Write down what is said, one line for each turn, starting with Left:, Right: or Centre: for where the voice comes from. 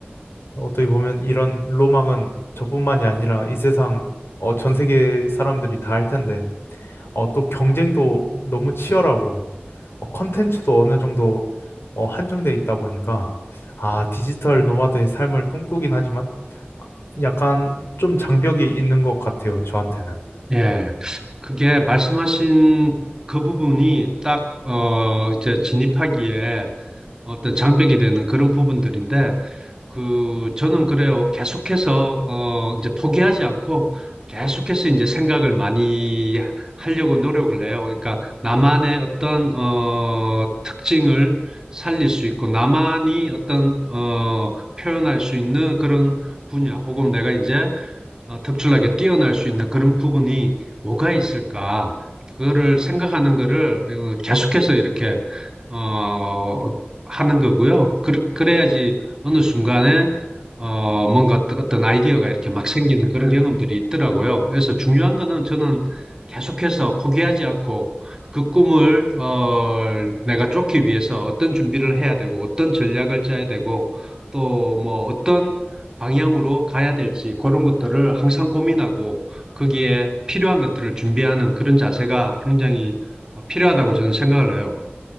Left: 어떻게 보면 이런 로망은 저뿐만이 아니라 이 세상, 어, 전 세계 사람들이 다 할 텐데, 어, 또 경쟁도 너무 치열하고, 어, 컨텐츠도 어느 정도 어, 한정돼 있다 보니까 아, 디지털 노마드의 삶을 꿈꾸긴 하지만 약간 좀 장벽이 있는 것 같아요, 저한테는.
Right: 예, 그게 말씀하신 그 부분이 딱, 어, 이제 진입하기에 어떤 장벽이 되는 그런 부분들인데 그 저는 그래요. 계속해서 어 이제 포기하지 않고 계속해서 이제 생각을 많이 하려고 노력을 해요. 그러니까 나만의 어떤 어 특징을 살릴 수 있고 나만이 어떤 어 표현할 수 있는 그런 분야 혹은 내가 이제 특출나게 뛰어날 수 있는 그런 부분이 뭐가 있을까? 그거를 생각하는 거를 어, 계속해서 이렇게 어, 하는 거고요. 그, 그래야지 어느 순간에 어, 뭔가 어떤 어떤 아이디어가 이렇게 막 생기는 그런 경험들이 있더라고요. 그래서 중요한 거는 저는 계속해서 포기하지 않고 그 꿈을 어, 내가 쫓기 위해서 어떤 준비를 해야 되고 어떤 전략을 짜야 되고 또 뭐 어떤 방향으로 가야 될지 그런 것들을 항상 고민하고 거기에 필요한 것들을 준비하는 그런 자세가 굉장히 어, 필요하다고 저는 생각을 해요.